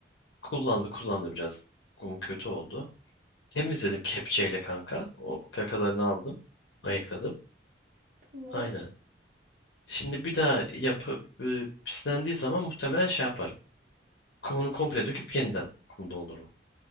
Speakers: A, on the left; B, on the right.
A: kullandı kullandı biraz. Kum kötü oldu. Temizledim
B: hı hı.
A: kepçeyle kanka. O kakalarını aldım. Ayıkladım.
B: Tamam.
A: Aynen. Şimdi bir daha yapı e, pislendiği zaman muhtemelen şey yaparım. Kumunu komple döküp yeniden kum doldururum.